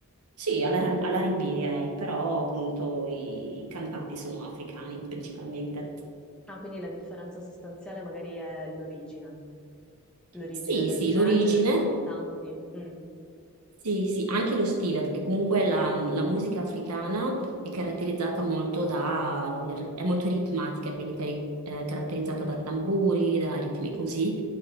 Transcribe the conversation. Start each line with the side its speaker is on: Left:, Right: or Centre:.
Right: Sì, all'R- all'R&B direi, però appunto i cantanti sono africani principalmente.
Centre: Ah, quindi la differenza sostanziale magari è l'origine, l'origine
Right: Sì,
Centre: del
Right: sì,
Centre: genere,
Right: l'origine
Centre: dei cantanti. Mm.
Right: Sì, sì, anche lo stile, perché comunque la, la musica africana è caratterizzata molto da, è molto ritmatica, quindi cari- è caratterizzata da tamburi, da ritmi così,